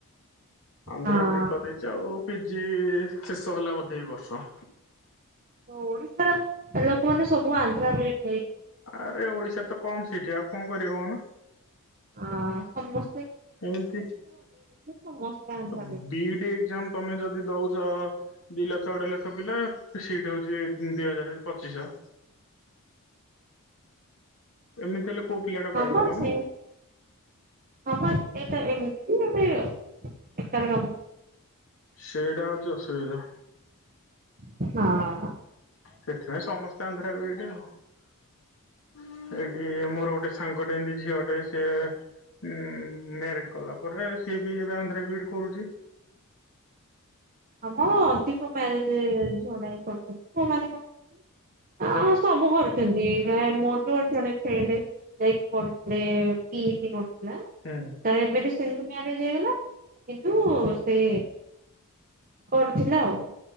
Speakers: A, on the left (about 65°); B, on the right (about 40°).
A: ଆନ୍ଧ୍ରା
B: ହଁ
A: ବି ଡି କରିଦେଇଚି ଆଉ ପିଜି ଶେଷ ହେଲା ବୋଧେ ଏଇ ବର୍ଷ।
B: ଓଡିଶାର ଲୋକ ମାନେ ସବୁ ଆନ୍ଧ୍ରା ବି ଏ ଡ୍ ଯାଇ
A: ଆରେ ଓଡିଶାର ତ କମ ସିଟି ଆଉ କଣ କରିବେ କଉନ?
B: ଅ ସମ
A: ଏମିତି
B: ସମସ୍ତେ Andhra
A: B
B: BEd
A: D exam ତମେ ଯଦି ଦଉଚ ଦି ଲକ୍ଷ ଅଢେଇ ଲକ୍ଷ ପିଲା ସିଟ ହଉଛି ଦି ହଜାର। ପଚିଶଅ। ଏମିତି ହେଲେ କୋଉ ପିଲା ଟା ପାଇବ
B: ହଁ ବା
A: କହୁନ?
B: ସେଇ ହଁ ବା <unintelligible> ବେକାର କାମ।
A: ସେଇଟା ହଉଚି ଅସୁବିଧା।
B: ହଁ ।
A: ସେଥିପାଇଁ ସମସ୍ତେ ଆନ୍ଧ୍ରା ବି ଡି ଆଉ। ଏଇଠି ମୋର ଗୋଟେ ସାଙ୍ଗଟ ଏମିତି ଝିଅ ଟେ ସିଏ ଉ ମ୍ୟାରିଟ କଲା ପରେ ସିଏ ବି ଏବେ ଆନ୍ଧ୍ର ବିିଡ କରୁଛି।
B: ଆମ ଅଧିକ ମ୍ୟାରେଜ ଝଡ କରୁଛନ୍ତି ପଅ ମାନ କରୁଛନ୍ତି ସବୁ କରୁଛନ୍ତି ମୋର ବି ଯାଇକି ପୁଥିଲେ ପି ତ
A: ହୁଁ
B: ଏବେ <inaudible> ସେ ମାରେଜ ହେଇଗଲା କିନ୍ତୁ ସେ କରୁଥିଲା ଆଉ।